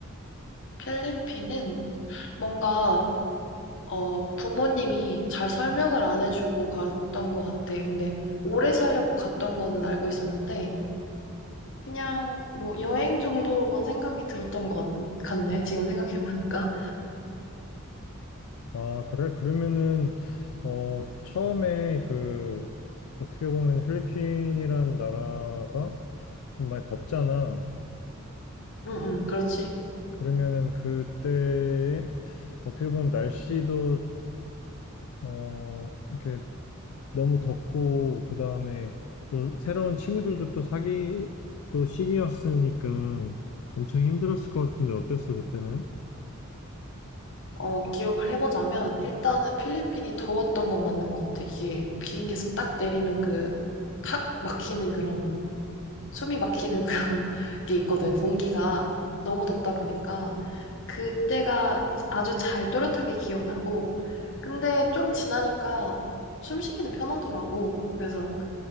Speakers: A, on the left; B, on the left.
A: 필리핀은 뭔가 어, 부모님이 잘 설명을 안 해주고 갔던 것 같아. 근데 오래 살려고 갔던 거는 알고 있었는데 그냥 뭐 여행 정도로만 생각이 들었던 것 같, 같네. 지금 생각해보니까.
B: 아, 그래? 그러면은, 어, 처음에 그, 어떻게 보면 필리핀이란 나라가 좀 많이 덥잖아.
A: 응, 응, 그렇지.
B: 그러면은 그때, 어떻게 보면 날씨도, 어, 이렇게 너무 덥고 그 다음에 또 새로운 친구들도 또 사귈 또 시기였으니까 엄청 힘들었을 것 같은데 어땠어 그때는?
A: 어, 기억을 해보자면, 일단은 필리핀이 더웠던 건 맞는 것 같아. 이게 비행기에서 딱 내리면 그, 탁 막히는 그런, 숨이 막히는 그런 <laughs> 게 있거든. 공기가 너무 덥다 보니까. 그때가 아주 잘 또렷하게 기억나고, 근데 좀 지나니까 숨쉬기는 편하더라고. 그래서